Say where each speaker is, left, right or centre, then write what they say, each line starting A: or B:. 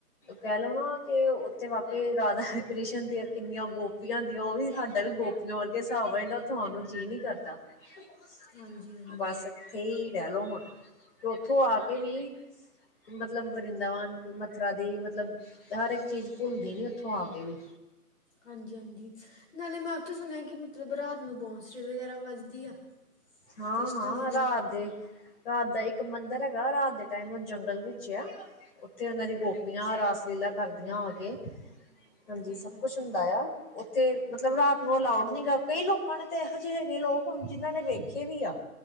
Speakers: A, on the left; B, on the left.
A: ਕਹਿ ਲੋ ਨਾ ਕਿ ਉੱਥੇ ਵਾਕਈ ਰਾਧਾ ਕ੍ਰਿਸ਼ਨ ਦੀਆਂ ਕਿੰਨੀਆਂ ਗੋਪੀਆਂ ਦੀਆਂ ਉਹ ਵੀ ਸਾਡਾ ਵੀ ਗੋਪੀਆਂ ਵਰਗੇ ਹਿਸਾਬ ਜਾਂਦਾ ਤੁਹਾਨੂੰ ਜੀਅ ਨੀ ਕਰਦਾ <unintelligible>
B: ਹਾਂਜੀ ਹਾਂਜੀ
A: ਬਸ ਇਥੇ ਰਹਿ ਲਓ ਹੁਣ <unintelligible> ਅਤੇ ਉੱਥੋਂ ਆ ਕੇ ਵੀ ਹ <unintelligible> ਮਤਲਬ ਵਰਿੰਦਾਵਨ ਮਥੁਰਾ ਦੀ ਮਤਲਬ ਹਰ ਇੱਕ ਚੀਜ਼ ਭੁੱਲਦੀ ਨਹੀ ਉੱਥੋਂ ਆ ਕੇ ਵੀ
B: ਹਾਂਜੀ ਹਾਂਜੀ ਨਾਲੇ ਮੈਂ ਸੁਣਿਆ ਕਿ ਮਤਲਬ ਰਾਤ ਨੂੰ ਬੋਂਸਰੀ ਵਗੈਰਾ ਵੱਜਦੀ ਆ
A: ਹਾਂ
B: ਕ੍ਰਿਸ਼ਨਾ
A: ਹਾਂ
B: ਜੀ ਦੀ
A: ਰਾਤ ਦੇ ਰਾਤ ਦਾ ਇੱਕ ਮੰਦਿਰ ਹੈਗਾ ਰਾਤ ਦੇ ਟਾਈਮ ਉਹ ਜੰਗਲ ਵਿੱਚ ਆ ਉੱਥੇ ਉਹਨਾਂ ਦੀ ਗੋਪੀਆਂ ਰਾਸ ਲੀਲਾ ਕਰਦੀਆਂ ਆ ਕੇ ਹਾਂਜੀ
B: ਅੱਛਾ
A: ਸਭ
B: ਅੱਛਾ
A: ਕੁਛ ਹੁੰਦਾ ਆ ਤੇ ਮਤਲਬ ਰਾਤ ਨੂੰ ਅਲਾਊਡ ਨਹੀਂ ਹੈਗਾ ਕਈ ਲੋਕਾਂ ਨੇ ਤੇ ਇਹੋ ਜਿਹੇ ਹੈਗੇ ਨੇ ਲੋਕ ਜਿਹਨਾਂ ਨੇ ਵੇਖੇ ਵੇਖੇ ਵੀ ਆ